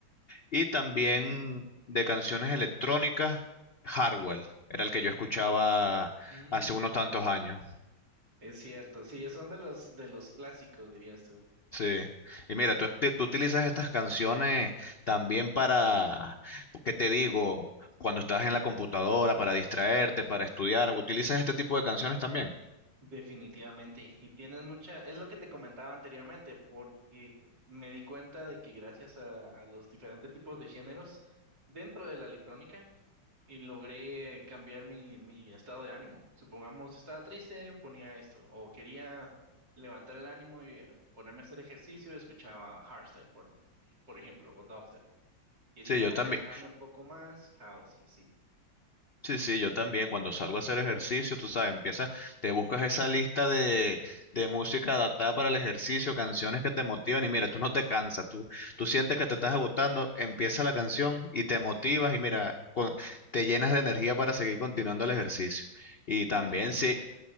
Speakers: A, on the left (about 65°); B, on the right (about 60°).
A: Y también
B: Tienes razón.
A: de canciones electrónicas, Hardwell, era el que yo escuchaba
B: Mm,
A: hace unos tantos años.
B: es cierto, sí, son de los de los clásicos, dirías tú.
A: Sí. Y mira, tú, te- tú utilizas estas canciones también para, ¿qué te digo? Cuando estás en la computadora, para distraerte, para estudiar, ¿utilizas este tipo de canciones también?
B: Definitivamente. Y tienes mucha, es lo que te comentaba anteriormente, porque me di cuenta de que gracias a, a los diferentes tipos de géneros dentro de la electrónica y logré cambiar mi, mi estado de ánimo. Supongamos, estaba triste, ponía esto, o quería levantar el ánimo y ponerme a hacer ejercicio, escuchaba hardstyle, por, por ejemplo, o dubstep. Quería
A: Sí, yo también.
B: relajarme un poco más, house y así,
A: Sí, sí, yo también. Cuando salgo a hacer ejercicio, tú sabes, empiezas, te buscas esa lista de, de música adaptada para el ejercicio, canciones que te motivan y mira, tú no te cansas, tú, tú sientes que te estás agotando, empieza la canción y te motivas y mira, con- te llenas de energía para seguir continuando el ejercicio. Y
B: las
A: también
B: del Luis
A: sí,
B: Miguel.